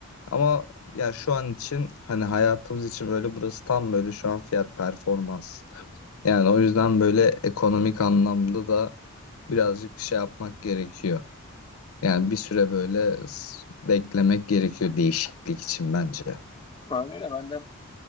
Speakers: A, on the left; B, on the left.
A: Ama ya şu an için hani hayatımız için böyle burası tam böyle şu an fiyat performans. Yani o yüzden böyle ekonomik anlamda da birazcık şey yapmak gerekiyor. Yani bir süre böyle s- beklemek gerekiyor değişiklik için bence. Hı
B: Öyle ben de